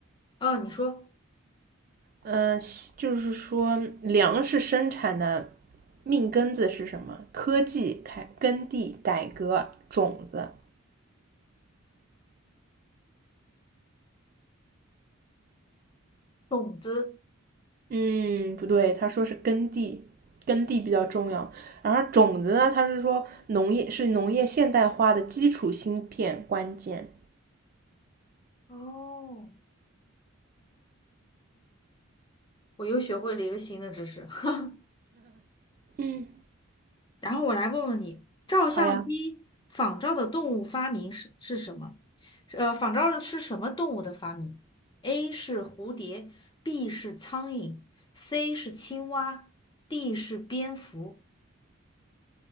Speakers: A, on the left (about 20°); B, on the right (about 40°).
A: 哦，你说
B: 呃，就是说粮食生产的命根子是什么？科技、改耕地、改革、种子。
A: 种子。
B: 嗯，不对，他说是耕地，耕地比较重要。然后种子呢，他是说农业是农业现代化的基础芯片关键。
A: 哦，我又学会了一个新的知识。<laughs>
B: 嗯，
A: 然后我来问问你，照相机仿照的动物发明是是什么？
B: 好呀。
A: 呃，仿照的是什么动物的发明？A 是蝴蝶，B 是苍蝇，C 是青蛙，D 是蝙蝠。